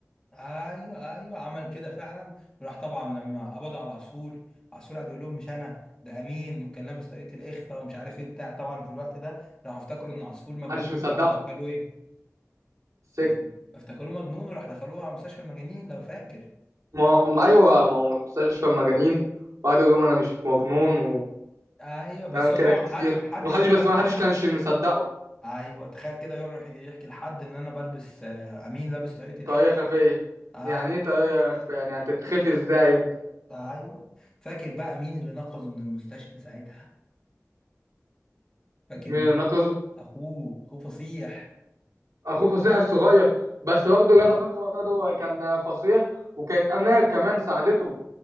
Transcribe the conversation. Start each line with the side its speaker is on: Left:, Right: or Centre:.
Left: ايوه ايوه عمل كده فعلا وراح طبعا لما قبضوا على العصفور العصفور قعد يقول لهم مش انا ده امين وكان لابس طاقية الاخفاء ومش عارف ايه وبتاع طبعا في الوقت ده راحوا افتكروا ان عصفور مجنون
Right: محدش مصدقه
Left: وراح دخلوه ايه
Right: السجن
Left: افت- افتكروه مجنون وراح دخلوه على مستشفى المجانين لو فاكر
Right: ما هم ايوه ما هم مستشفى المجانين وقعد يقول لهم انا مش مجنون
Left: ايوه بس
Right: وكلام
Left: هو
Right: كده
Left: طبعا
Right: كتير
Left: ما حد ما حدش
Right: ومحدش
Left: مصدق
Right: بس ما حدش كانش مصدقه
Left: ايوه تخيل كده يروح يحكي لحد ان انا بلبس آه، امين لابس طاقية الاخر
Right: طريقه خفيه
Left: ايوه
Right: يعني ايه طريقه خفيه يعني هتتخفي ازاي انت
Left: ايوه فاكر بقى مين اللي نقذه من المستشفى ساعتها فاكر
Right: مين
Left: مين
Right: نقصه
Left: اخوه اخوه فصيح
Right: اخوه فصيح الصغير بس برضه انا فاكر برضه كان فصيح وكانت امال كمان ساعدته